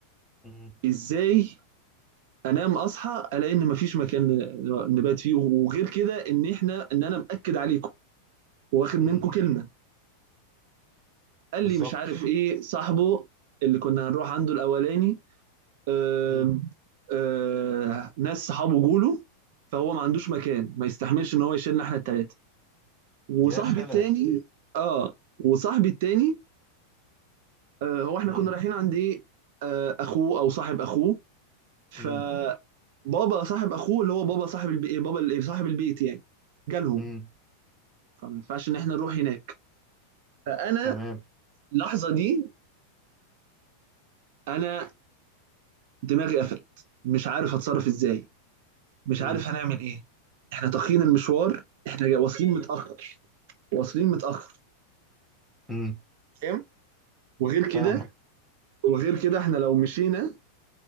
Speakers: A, in the centre; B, on the right (about 50°).
A: مم.
B: ازاي انام اصحى الاقي ان مفيش مكان ن- نبات فيه وغير كده ان احنا ان انا مأكد عليكم واخد منكم
A: مم.
B: كلمه قال
A: بالظبط
B: لي مش عارف ايه صاحبه اللي كنا هنروح عنده الاولاني آم،
A: مم.
B: آه، ناس صحابه جوله فهو ما عندوش مكان ما يستحملش ان هو يشيلنا احنا الثلاثه وصاحبي
A: يا سلام
B: التاني اه وصاحبي التاني آه، هو احنا
A: مم.
B: كنا رايحين عند ايه آه، اخوه او صاحب اخوه فبابا
A: مم.
B: صاحب اخوه اللي هو بابا صاحب البي... إيه، بابا ال- إيه، صاحب البيت يعني جالهم
A: مم.
B: فما ينفعش ان احنا نروح هناك فانا
A: تمام
B: اللحظه دي انا دماغي قفلت مش عارف اتصرف ازاي مش
A: مم.
B: عارف هنعمل ايه احنا تاخرين المشوار احنا جا- واصلين متاخر واصلين متاخر
A: مم.
B: فاهم وغير كده
A: فاهمك
B: وغير كده احنا لو مشينا